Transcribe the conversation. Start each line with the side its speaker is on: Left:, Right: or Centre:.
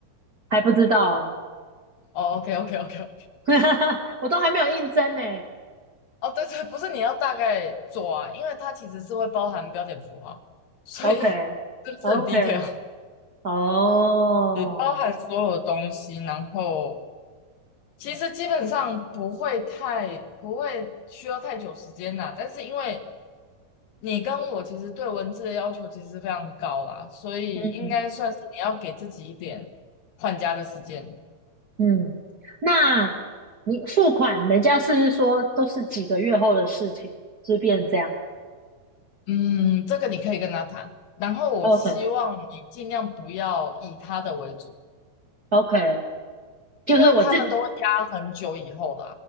Right: 还不知道啊。
Left: 哦，OK OK OK
Right: <laughs> 我都还没有应征呢。
Left: 哦，对对，不是你要大概做啊，因为它其实是会包含标点符号，所以
Right: OK
Left: <laughs> 是不是很
Right: OK，
Left: detail？
Right: 哦，
Left: 你包含所有东西，然后其实基本上不会太不会需要太久时间啦。但是因为你跟我其实对文字的要求其实非常高啦，所以应该算是你要给自己一点
Right: 嗯
Left: 换家的时间。
Right: 嗯，那你付款，人家是不是说都是几个月后的事情，就变成这样
Left: 嗯，这个你可以跟他谈。然后我希望你尽量不要以他的为主。
Right: ？OK OK，就是我自，
Left: 因为他们都会压很久以后啦，